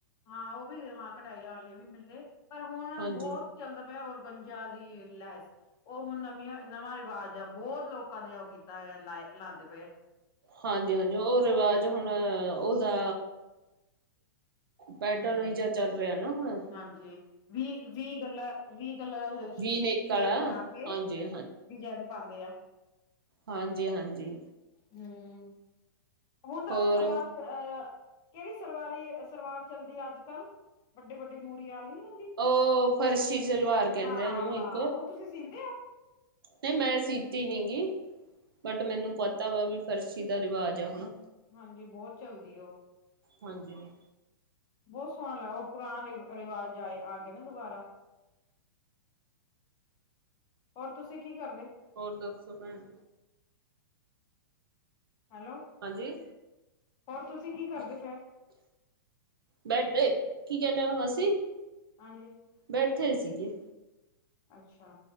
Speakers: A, on the left (about 30°); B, on the right (about 80°).
A: ਹਾਂ ਉਹ ਵੀ, ਹਾਂ ਕਢਾਈਆਂ ਵਾਲੇ ਵੀ ਮਿਲਦੇ, ਪਰ, ਹੁਣ
B: ਹਾਂਜੀ
A: ਬਹੁਤ ਚੱਲਦਾ ਪਿਆ, ਔਰਗੰਜਾ ਦੀ ਲੈਸ। ਉਹ ਹੁਣ ਨਵੀਆਂ, ਨਵਾਂ ਰਿਵਾਜ ਜਾਂ ਬਹੁਤ ਲੋਕਾਂ ਨੇ ਉਹ ਕੀਤਾ ਹੋਇਆ, ਲਾ, ਲਾਂਦੇ ਪਏ।
B: ਹਾਂਜੀ-ਹਾਂਜੀ, ਉਹ ਰਿਵਾਜ਼
A: ਹਮ
B: ਹੁਣ, ਉਹਦਾ ਪੈਟਰਨ
A: ਹੂੰ,
B: ਹੀ ਜਿਹਾ ਚੱਲ ਰਿਹਾ ਨਾ ਹੁਣ
A: ਹਾਂਜੀ ਵੀ-ਵੀ, ਗੱਲਾ, ਵੀਹ ਗੱਲਾ ਸਸਸ਼ੇ,
B: ਵੀ ਨੇਕ
A: ਸ਼ੇਪ
B: ਆਲਾ
A: ਬਣਾਕੇ
B: ਹਾਂਜੀ
A: ਡਿਜਾਇਨ ਪਾਂਦੇ ਆ।
B: ਹਾਂਜੀ-ਹਾਂਜੀ।
A: ਹੂੰ, ਹੁਣ ਤਾਂ
B: ਹੋਰ
A: ਉਹ ਸਰਵਾਰ ਅਹ ਕਿਹਰੀ ਸਰਵਾਰੀ, ਸਰਵਾਰ ਚੱਲਦੀ ਅੱਜ-ਕੱਲ? ਵੱਡੇ-ਵੱਡੀ ਮੂਹਰੀ ਵਾਲੀ ਨੀ ਹੁੰਦੀ।
B: ਉਹ, ਫਰਸ਼ੀ ਸ਼ਲਵਾਰ ਕਹਿੰਦੇ
A: ਹਾਂ
B: ਆ, ਓਹਨੂੰ
A: ਹਾਂ
B: ਇੱਕ।
A: ਉਹ ਤੁਸੀਂ ਸੀਂਦੇ ਹੋ?
B: ਨਹੀਂ ਮੈਂ ਸੀਤੀ ਨੀਂ ਗੀ, ਬਟ
A: ਹੋ
B: ਮੈਨੂੰ ਪਤਾ ਵਾ ਵੀ, ਫਰਸ਼ੀ ਦਾ ਰਿਵਾਜ ਆ ਹੁਣ।
A: ਹਾਂਜੀ, ਬਹੁਤ ਚਲਦੀ, ਉਹ।
B: ਹਾਂਜੀ।
A: ਬਹੁਤ ਸੋਹਣਾ ਲੱਗ ਉਹ ਪੁਰਾਣੇ ਰਿਵਾਜ ਆਏ, ਆ ਗਏ ਨਾ ਦੁਬਾਰਾ। ਹੋਰ, ਤੁਸੀਂ ਕੀ ਕਰਦੇ?
B: ਹੋਰ, ਦੱਸੋ ਭੈਣ?
A: ਹੈਲੋ
B: ਹਾਂਜੀ!
A: ਹੋਰ ਤੁਸੀਂ ਕੀ ਕਰਦੇ ਫੇਰ
B: ਬੈਠੇ, ਕੀ ਕਹਿੰਨੇ ਓਂ? ਅਸੀਂ।
A: ਹਾਂਜੀ।
B: ਬੈਠੇ ਸੀਗੇ।
A: ਅੱਛਾ,